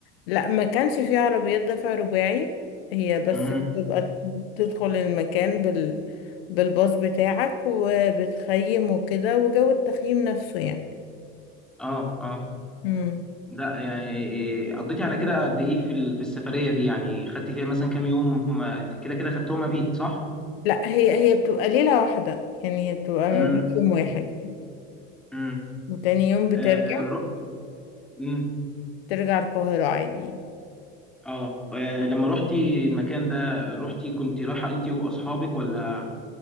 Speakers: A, on the left; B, in the centre.
A: لا ما كانش فيه عربيات دفع رباعي هي بس
B: مهم.
A: بتبقى تدخل المكان بال بالباص بتاعك وبتخيم وكده وجو التخييم نفسه يعني
B: اه اه
A: مم.
B: لا يعني إيه، قضيتي على كده قد ايه في ال- في السفرية دي يعني خدتي فيها مثلا كام يوم ما انت كده كده خدتهم مبيت صح؟
A: لا هي هي بتبقى ليلة واحدة يعني هي بتبقى ما
B: امم
A: بيت يوم واحد يعني
B: امم
A: وتاني يوم بترجع
B: آه رو... مم.
A: ترجع القاهرة عادي يعني
B: آه. اه لما روحتي المكان ده روحتي كنت رايحة انت واصحابك ولا